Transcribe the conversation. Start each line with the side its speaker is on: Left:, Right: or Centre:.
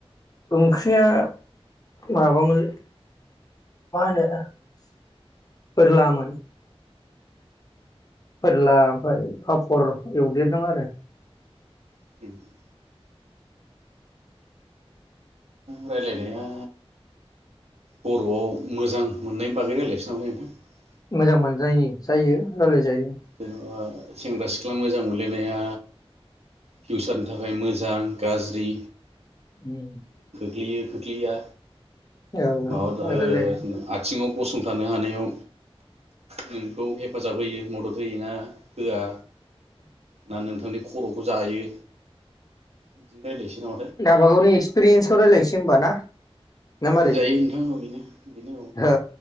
Left: ओंख्रिया माबामोनलै मा होनो फोर्ला मोन । फोरला ओमफ्राय पापर एवदेरदों आरो ।
Right: नोंथां रायजलायनाया बर'आव मोजां मोननायनि बागै रायज्लायसो नामा नोंथां ।
Left: मोजां मोननायनि जायो रायलाय जायो ।
Right: जेनेबा सेंग्रा सिख्ला मोजां मोनलायनाया फिउसारनि थाखाय मोजां गाज्रि
Left: उम
Right: यो खोख्लैया
Left: औ
Right: माबा ओ
Left: रायलायगोन
Right: आथिङाव गसंथानो हानायाव ओम खौ हेफाजाब होयो मदद होयो ना होआ ना नोंथांनि खर'खौ जायो बिदि रायलायनोसै न?
Left: गावबागावनि एक्सपिरियेसखौ रायलायनोसै होमबा ना? ना मारै
Right: जायो नोंथां औ बेनो बेनो
Left: औ